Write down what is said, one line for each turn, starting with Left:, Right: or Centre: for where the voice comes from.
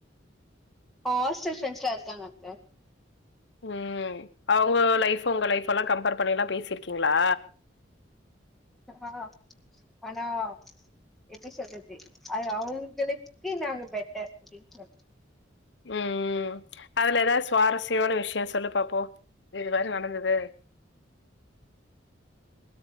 Centre: ஆ ஹாஸ்டல்ஃப்ரெண்ட்ஸ்ல இருக்காங்க அத்த
Left: ம் அவுங்க லைஃபு உங்க லைஃபு எல்லா கம்பேர் பண்ணில்லா பேசிருக்கீங்ளா
Centre: ஆ ஆனா எப்டி சொல்றது அது அவுங்களுக்கு நாங்க பெட்டர் அப்டின்னு சொல்
Left: ம் அதுல எதாவது சுவாரஸ்யமான விஷ்யோ சொல்லு பாப்போ இது மாரி நடந்துது